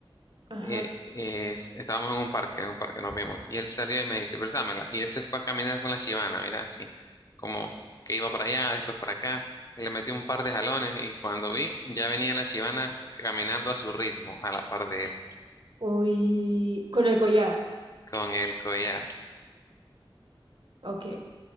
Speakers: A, on the right (about 60°); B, on the left (about 40°).
A: Ajá.
B: Eh, eh, es- estábamos en un parque, en un parque nos vimos. Y él salió y me dice, préstamela. Y él se fue a caminar con la Shibana, mira, así, como que iba para allá, después para acá. y Le metió un par de jalones y cuando vi, ya venía la Shibana caminando a su ritmo, a la par de él,
A: Uy, con el collar,
B: con el collar.
A: ok.